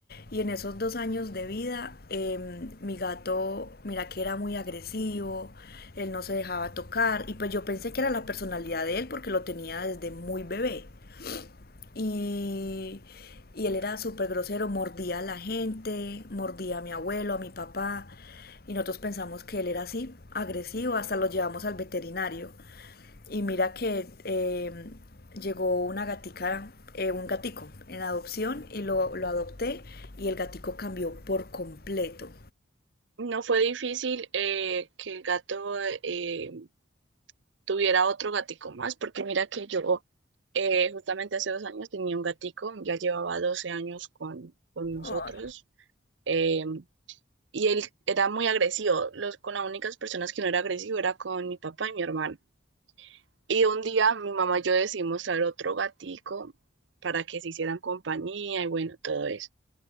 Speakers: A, on the left; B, on the right.
A: Y en esos dos años de vida, em, mi gato, mira que era muy agresivo, él no se dejaba tocar y pues yo pensé que era la personalidad de él porque lo tenía desde muy bebé. Y, y él era súper grosero, mordía a la gente, mordía a mi abuelo, a mi papá. Y nosotros pensamos que él era así, agresivo, hasta lo llevamos al veterinario. Y mira que eh, llegó una gatica, eh, un gatico en adopción y lo, lo adopté y el gatico cambió por completo.
B: No fue difícil eh, que el gato eh, tuviera otro gatico más, porque mira que yo eh, justamente hace dos años tenía un gatico, ya llevaba 12 años con, con nosotros,
A: Oh,
B: eh, y él era muy agresivo. Los, con las únicas personas que no era agresivo era con mi papá y mi hermano. Y un día mi mamá y yo decidimos traer otro gatico para que se hicieran compañía y bueno, todo eso.